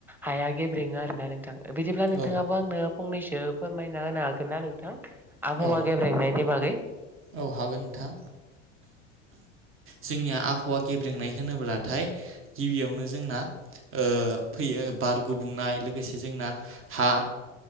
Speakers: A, in the centre; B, on the right (about 35°).
A: हाया गेब्रेङो आरोना नोंथां बिदिब्ला नोंथाङाबो
B: औ
A: आंनो फंनैसो फोरमायना होनो हागोन ना नोंथां? आबहावा
B: औ
A: गेब्रेंनायनि बागै
B: औ हागोन नोंथां जोंनिया आबहावा गेब्रेंनाय होनोब्लाथाय गिबियावनो जोंना ओ फैयो बार गुबुंनाय लोगोसे जोंना हा